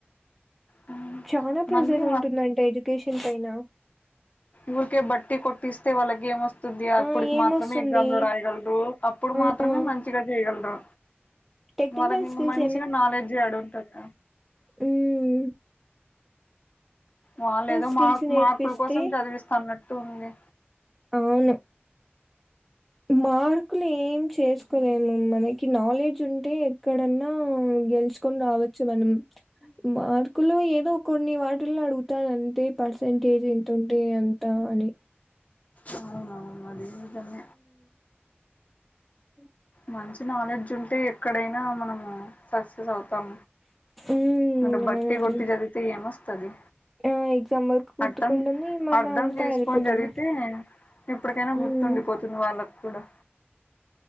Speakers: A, on the left (about 40°); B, in the centre.
A: హ్మ్
B: చాలా ప్రెజర్
A: మళ్ళీ
B: ఉంటుందంటే ఎడ్యుకేషన్ పైన
A: ఊరక బట్టీ కొటిస్త వాలగే మ ది అప్పుడుకి
B: ఆ ఏమొస్తుంది
A: మాత్రమే ఎగ్జామ్ లో రాయగలదు అప్పుడు
B: ఆ
A: మాత్రం అత్రమే మంచిగా చేయగలదు
B: టెక్నికల్
A: వాళ్ళకి ఇంకా
B: స్కిల్స్
A: మంచిగా నాలెడ్జ్ డు ఉంటుంది
B: హమ్
A: వాళ్ళు ఏదో
B: స్కిల్స్
A: మార్క్
B: నేర్పిస్తే
A: మార్కుల కోసం చదివిస్తున్నట్టు ఉంది
B: అవును మార్కులు ఏం చేసుకోలేము మనకి నాలెడ్జ్ ఉంట అంటే ఎక్కడన్నా గెలుచుకొని రావచ్చు మనం మార్కులు ఏదో కొన్ని వాటిల్లో అడుగుత చతంటే పర్సంటేజ్ ఎంత ఉంటే ఎంత అని
A: అవునవును అ అదితన్న
B: అ
A: మంచి నాలెడ్జ్ ఉంటే ఎక్కడైనా మనం ఆ సక్సెస్ అవుతాం
B: మ్మ్
A: అంటే బట్టి
B: అవునండి
A: కొట్టి చదితే ఏమొస్తుది
B: ఆ ఎగ్జామ్ వర్క్ గుర్తుకుంటుంది
A: అర్థం
B: మళ్ళా
A: అర్ధం
B: అంతా
A: చేసుకొని
B: వెళ్ళిపోతుంది
A: చదివితే ఎప్పటికైనా
B: మ్మ్
A: గుర్తుండిపోతుంది వాళ్ళకు కూడా